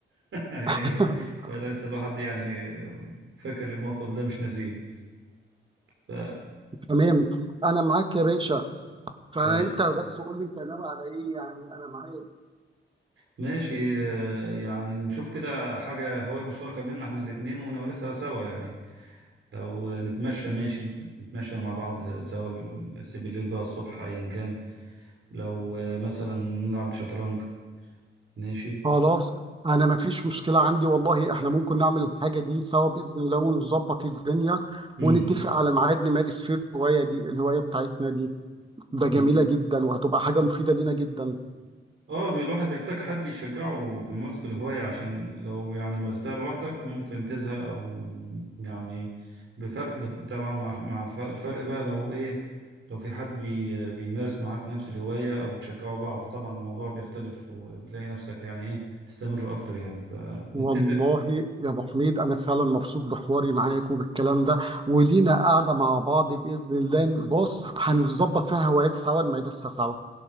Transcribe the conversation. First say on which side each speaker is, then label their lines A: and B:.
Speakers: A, on the right; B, on the right.
A: <laughs> أيوه
B: <laughs>
A: فلسه الواحد يعني فاكر الموقف ده مش ناسيه ف...
B: تمام انا معاك يا باشا فانت
A: طيب
B: بس قول لي انت ناوي على ايه يعني انا معاك
A: ماشي آه، يعني نشوف كده حاجة هواية مشتركة بينا احنا الاتنين ونمارسها سوا يعني لو نتمشى ماشي نتمشى مع بعض سوا بس بالليل بقى الصبح أيا كان لو آه، مثلا نلعب شطرنج ماشي
B: خلاص انا ما فيش مشكله عندي والله احنا ممكن نعمل الحاجه دي سوا باذن الله ونظبط الدنيا
A: مم.
B: ونتفق على ميعاد نمارس فيه الهوايه دي الهوايه بتاعتنا دي ده
A: مم.
B: جميله جدا وهتبقى حاجه مفيده لينا جدا
A: اه بي- الواحد بيحتاج حد يشجعه في ممارسة الهواية عشان لو يعني مارستها لوحدك ممكن تزهق أو يعني بفرق بف- طبعا مع مع ف- الفرق بقى لو إيه لو في حد بي بيمارس معاك نفس الهواية أو بتشجعوا بعض طبعا الموضوع بيختلف وبتلاقي نفسك يعني إيه تستمر أكتر يعني فنتفق
B: والله يا ابو حميد انا فعلا مبسوط بحواري معاك وبالكلام ده ولينا قاعده مع بعض باذن الله بص هنظبط فيها هوايات سوا نمارسها سوا